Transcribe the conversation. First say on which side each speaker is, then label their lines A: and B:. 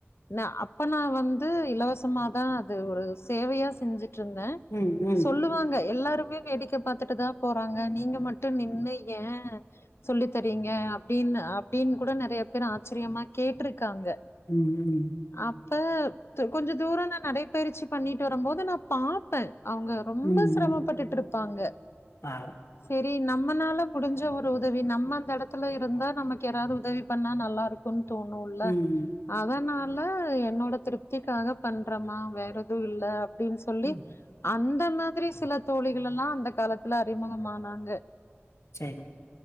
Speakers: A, on the left; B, on the left.
A: ந அப்ப நா வந்து இலவசமாதா அது ஒரு சேவையா செஞ்சுட்ருந்த
B: ம் ம்
A: போங்க எல்லாருமே வேடிக்க பாத்துட்டு தா போறாங்க நீங்க மட்டு நின்னு ஏ சொல்லி தரிங்க அப்டின்னு அப்டின் கூட நெறைய பேர் ஆச்சரியமா கேட்டிருக்காங்க
B: ம்ஹும்
A: அப்ப கொஞ்ச தூர நா நடைபயிற்சி பண்ணிட்டு வரும் போது நா பாப்ப அவங்க ரொம்ப
B: ம்
A: ஸ்ரமபட்டுட்ருப்பாங்க
B: ம் பாவம்
A: சரி நம்மனால முடிஞ்ச ஒரு உதவி நம்ம அந்த இடத்துல இருந்தா நமக்கு யாராவது உதவி பண்ணா நல்லாருக்கு கொன் தோணுள்ள
B: ம்
A: அதனால என்னோட திருப்திகாக பண்றமா வேற எது இல்ல அப்டின்னு சொ சொல்லி
B: ம்
A: அந்த மாதிரி சில தோழிகள் எல்லாம் அந்த காலத்துல அறிமுகமானாங்க
B: சேரி